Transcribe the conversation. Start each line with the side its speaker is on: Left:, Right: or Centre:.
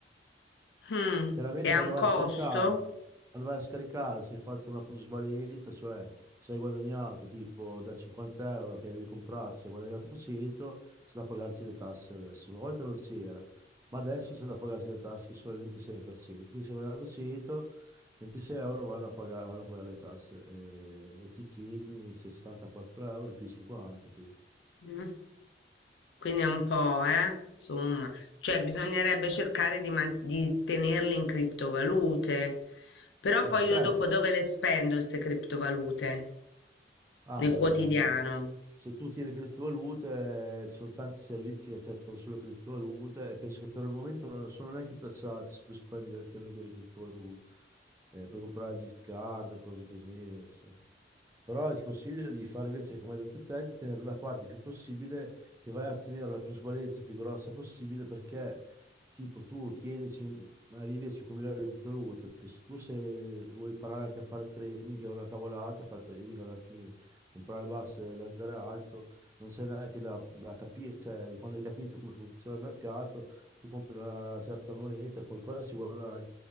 Left: Mm.
Right: Chiaramente
Left: E
Right: quando
Left: ha un costo?
Right: vai a scaricare, quando vai a scaricare, se hai fatto una plusvalenza, cioè se hai guadagnato tipo da 50 euro che avevi comprato, se hai guadagnato 100, c'è da pagarci le tasse adesso. Una volta non c'era, ma adesso c'è da pagarci le tasse che sono il 26%. Quindi se hai guadagnato 100, 26 euro vanno a pagare, vanno a pagare le tasse eh, e ti tieni 64 euro più 50, penso.
Left: Mm. Quindi è un po', eh, insomma, cioè bisognerebbe cercare di, man- di tenerli in criptovalute, però
Right: Beh,
Left: poi
Right: certo.
Left: io dopo dove le spendo queste criptovalute?
Right: Ah,
Left: Nel quotidiano.
Right: eh, Se tu tieni criptovalute, eh, ci sono tanti servizi che accettano solo criptovalute e penso che per il momento non sono neanche tassate se tu spendi direttamente le criptovalute. Eh, puoi comprare la gift card, cose così. Però ti consiglio di fare invece, come hai detto te, di tenere la parte più possibile, che vai a ottenere la plusvalenza più grossa possibile, perché tipo tu tieni, cin- arrivi a 5.000 euro di criptovalute, poi se tu se vuoi imparare anche a fare trading, è una cavolata fare trading alla fine, comprare basso e vendere alto, non c'è neanche da, da capire, cioè quando hai capito come funziona il mercato, tu compri una certa moneta, qualcosa si guadagna